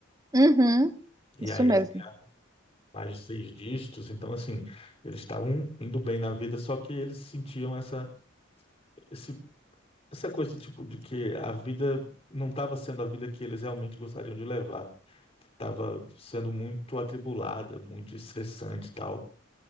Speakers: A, on the right; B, on the left.
A: uhum,
B: E
A: isso
B: aí
A: mesmo.
B: eles ganhavam mais de seis dígitos, então assim, eles estavam indo bem na vida, só que eles sentiam essa, esse essa coisa tipo de que a vida não estava sendo a vida que eles realmente gostariam de levar, estava sendo muito atribulada, muito estressante e tal.